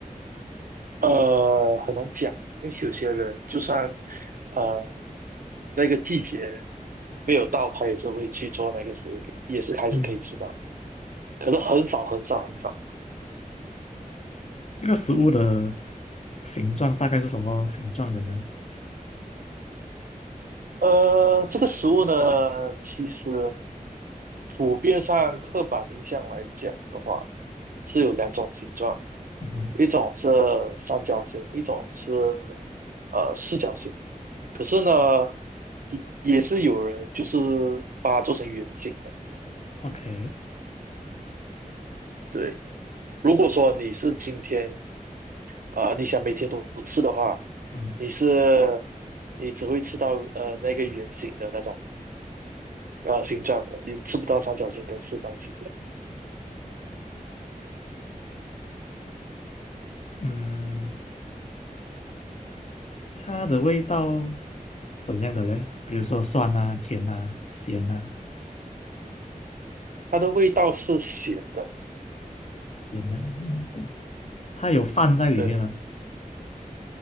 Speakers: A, on the right; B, on the left.
A: 呃，很难讲，因为有些人就算呃那个季节没有到，他也是会去做那个食物给，也是还是可以吃到，
B: 嗯，
A: 可是很少很少很少。
B: 这个食物的形状大概是什么形状的呢？
A: 呃，这个食物呢，其实普遍上刻板印象来讲的话，是有两种形状，
B: 嗯哼
A: 一种是三角形，一种是呃四角形。可是呢，也也是有人就是把它做成圆形的。
B: ，OK，
A: 对，如果说你是今天啊、呃你想每天都吃的话，
B: 嗯
A: 你是你只会吃到呃那个圆形的那种呃形状的，你吃不到三角形跟四方形的。
B: 嗯，它的味道是怎样的嘞？比如说酸啊、甜啊、咸啊、
A: 它的味道是咸的，
B: 咸啊，嗯它有饭在里面吗？
A: 对，